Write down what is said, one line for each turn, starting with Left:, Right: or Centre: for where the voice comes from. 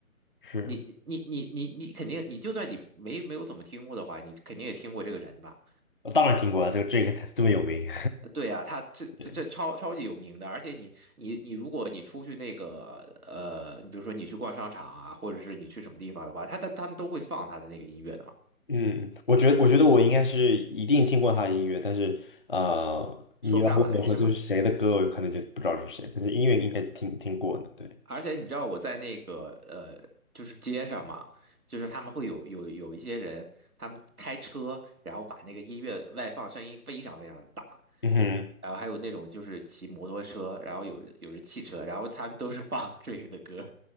Left: 是，
Right: 你你你你你你肯定，你就算你没没有怎么听过的话，你肯定也听过这个人吧？
Left: 我当然听过啊，这个 Drake 这么有名，
Right: 呃对啊，他这这这超超级有名的，
Left: <laughs>
Right: 而且你你你，如果你出去那个呃，你比如说你去逛商场啊，或者是你去什么地方的话，他他他们都会放他的那个音乐的嘛，
Left: 嗯，我觉得我觉得我应该是一定听过他的音乐，但是呃，你要问我说这是谁的歌，
Right: 说不上来是吗？
Left: 我可能就不知道是谁，但是音乐应该是听听过的，对，
Right: 而且你知道我在那个呃，就是街上嘛，就是他们会有有有一些人，他们开车，然后把那个音乐外放，声音非常非常大。
Left: 嗯哼，
Right: 然后还有那种就是骑摩托车，然后有有人汽车，然后他们都是放 <laughs> 这个的歌，